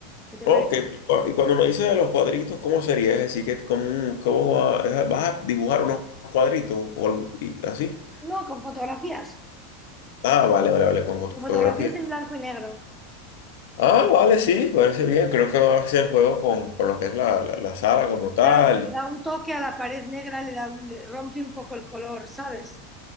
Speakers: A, in the centre; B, on the left (about 70°).
A: ¿Qué te
B: Ok,
A: parece?
B: cu- y cuando me dices de los cuadritos, ¿cómo sería? Es decir, que cómo, cómo va- es- vas a dibujar unos cuadritos o algo y así.
A: No, con fotografías.
B: Ah, vale, vale, vale, con tu
A: La
B: fotografía.
A: fotografía es en blanco y negro.
B: Ah, vale, sí, parece bien. Creo que va a ser juego con, con lo que es la, la, la sala como tal.
A: Claro, si le da un toque a la pared negra, le, da un- le rompe un poco el color, ¿sabes?